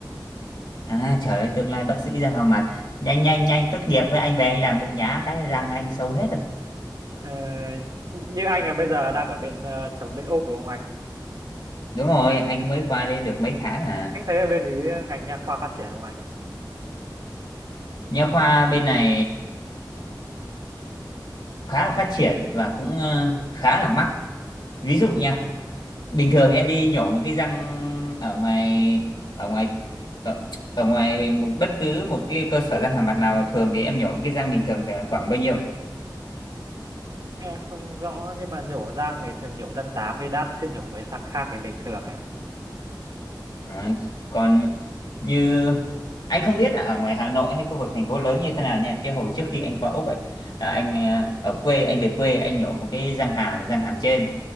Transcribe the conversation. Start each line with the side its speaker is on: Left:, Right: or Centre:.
Left: à trời ơi tương lai bác sĩ ra hoàng mặt nhanh nhanh nhanh tốt nghiệp với anh về anh làm mũi nhá cái răng anh sâu hết rồi
Right: Ờ, như anh là bây giờ đang ở bên ờ, sống bên Úc đúng không anh?
Left: đúng rồi anh mới qua đây được mấy tháng à
Right: Anh thấy ở bên ý ngành nha khoa phát triển không anh?
Left: nha khoa bên này khá là phát triển và cũng ờ, khá là mắc ví dụ nha bình thường em đi nhổ một cái răng ở ngoài ở ngoài ở, ở ngoài một bất cứ một cái cơ sở răng hàm mặt nào thường thì em nhổ một cái răng bình thường thì khoảng bao nhiêu
Right: Em không rõ nhưng mà nhổ răng thì thường nhổ răng 8 thì đắt chứ nhổ mấy răng khác thì bình thường ạ.
Left: À, còn như anh không biết là ở ngoài Hà Nội hay khu vực thành phố lớn như thế nào nha. Cái hồi trước khi anh qua Úc ấy, là anh à, ở quê anh về quê anh nhổ một cái răng hàm răng hàm trên.